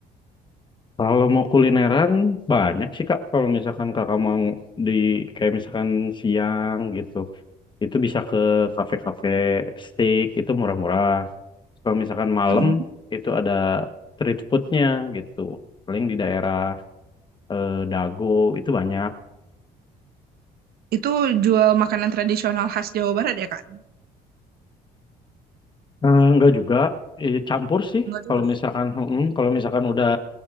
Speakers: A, on the left; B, on the right.
A: Kalau mau kulineran banyak sih Kak. Kalau misalkan Kakak mau di kayak misalkan siang gitu, itu bisa ke kafe-kafe steak itu murah-murah. Kalau misalkan malam
B: Mm-mm.
A: itu ada street foodnya gitu. Paling di daerah eh, Dago itu banyak.
B: Itu jual makanan tradisional khas Jawa Barat ya, Kak?
A: Eh, enggak juga eh, campur sih.
B: Enggak
A: Kalau
B: juga.
A: misalkan mm, kalau misalkan udah